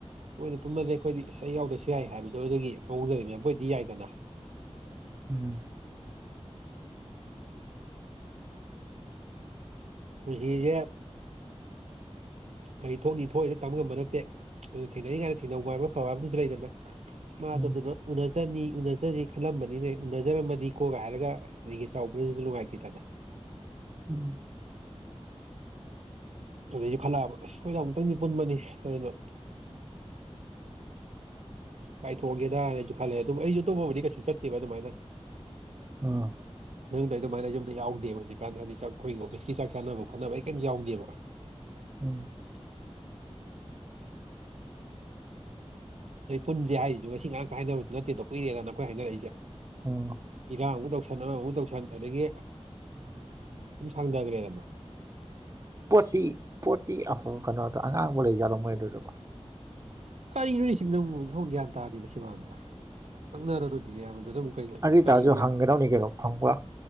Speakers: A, on the right; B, on the right.
A: ꯇꯣꯏꯅ ꯄꯨꯨꯝꯃꯗꯦ ꯑꯩꯈꯣꯏꯗꯤ ꯏꯁꯩ ꯌꯥꯎꯗ꯭ꯔꯁꯨ ꯌꯥꯏ ꯍꯥꯏꯕꯗꯨ ꯑꯗꯨꯗꯒꯤ ꯃꯋꯣꯡ ꯂꯤꯕꯗꯣ ꯃꯣꯏꯗꯤ ꯌꯥꯏꯗꯅ
B: ꯎꯝ
A: ꯄꯨꯟꯁꯤꯖꯦ ꯀꯔꯤ ꯊꯣꯛꯅꯤ ꯊꯣꯛꯏꯅ ꯇꯝ ꯉꯝꯕ ꯅꯠꯇꯦ ꯑꯗꯨꯅ ꯊꯦꯡꯅꯔꯤ ꯀꯥꯏꯅ ꯊꯦꯡꯅꯕ ꯍꯥꯏꯕ ꯐꯕ ꯍꯥꯏꯕꯗꯨꯁꯨ ꯂꯩꯗꯅ ꯁꯃ ꯑꯗꯨꯗꯨꯅ
B: ꯎꯝ
A: ꯎꯅꯗꯅꯤ ꯎꯅꯖꯅꯤ ꯈꯜꯂꯝꯕꯅꯤꯅꯦ ꯎꯅꯖꯔꯝꯃꯗꯤ ꯀꯣꯒ ꯍꯥꯏꯔꯒ ꯑꯩꯒꯤ ꯆꯥꯎꯕꯗꯁꯨ <unintelligible>
B: ꯎꯝ
A: ꯑꯗꯨꯗꯩ ꯈꯠꯅꯕ ꯑꯁ ꯑꯩꯈꯣꯏꯁꯦ ꯑꯃꯨꯛꯇꯪꯁꯨ ꯄꯨꯟꯕꯅꯤ ꯑꯗꯨꯅꯣ ꯀꯥꯏꯊꯣꯛꯑꯒꯦꯗꯅ ꯑꯩꯁꯨ ꯈꯜꯂꯦ ꯑꯗꯨꯕꯨ ꯑꯩꯁꯨ ꯑꯇꯣꯞꯄꯕꯨꯗꯤ ꯀꯩꯁꯨ ꯆꯠꯇꯦꯕ ꯑꯗꯨꯃꯥꯏꯅ
B: ꯑ
A: ꯅꯪꯗ ꯑꯩ ꯑꯗꯨꯃꯥꯏꯅ ꯌꯨꯝꯗ ꯌꯥꯎꯗꯦꯕ ꯍꯧꯖꯤꯛꯀꯥꯟꯗ ꯍꯥꯏꯗꯤ ꯆꯥꯛ ꯑꯩꯈꯣꯏꯒꯤ ꯑꯣꯐꯤꯁꯀꯤ ꯆꯥꯛ ꯆꯥꯅꯕ ꯈꯣꯠꯅꯕ ꯑꯩ ꯀꯔꯤꯝꯇ ꯌꯥꯎꯗꯦꯕ
B: ꯎꯝ
A: <inaudible> ꯑꯩ ꯄꯨꯟꯁꯦ ꯍꯥꯏꯔꯤꯗꯨꯣ ꯉꯁꯤ ꯉꯥꯏꯥꯛꯇ ꯍꯥꯏꯅꯕꯗꯨ ꯅꯠꯇꯦꯗꯣ ꯀꯨꯏꯔꯦꯅ ꯅ ꯑꯩꯈꯣꯏ ꯍꯥꯏꯅꯔꯛꯏꯁꯦ
B: ꯑꯝ
A: ꯏꯔꯥꯡ ꯑꯃꯨꯛ ꯇꯧꯁꯟ ꯑꯃꯃꯨꯛ ꯇꯧꯁꯟ ꯑꯗꯒꯤ
B: ꯎꯝ
A: ꯁꯨꯝ ꯁꯥꯡꯊꯈ꯭ꯔꯦꯗꯅ
B: ꯄꯣꯠꯇꯤ ꯄꯣꯠꯇꯤ ꯑꯐꯕ ꯀꯩꯅꯣꯗꯣ ꯑꯉꯥꯡꯕ ꯂꯩꯖꯠꯂꯣ ꯃꯣꯏ ꯑꯗꯨꯗꯨꯕꯣ
A: ꯀꯔꯤꯅꯣ ꯁꯤ ꯅꯪꯕꯨ ꯁꯣꯡ ꯒ꯭ꯌꯥꯟ ꯇꯥꯗ꯭ꯔꯤꯕꯁꯤꯕꯣ <unintelligible>
B: ꯑꯔꯤꯇꯥꯁꯨ
A: ꯀꯔꯤꯅꯣ
B: ꯍꯪꯒꯗꯧꯅꯤ ꯀꯩꯅꯣ ꯐꯪꯕ꯭ꯔꯥ